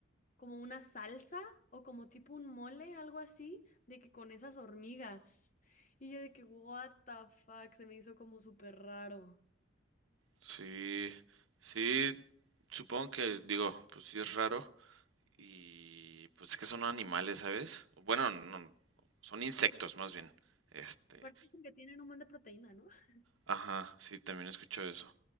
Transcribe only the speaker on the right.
sí, sí, supongo que digo, pues sí es raro y pues es que son animales, ¿sabes? Bueno, no, son insectos más bien. Este,
ajá, sí, también escucho eso.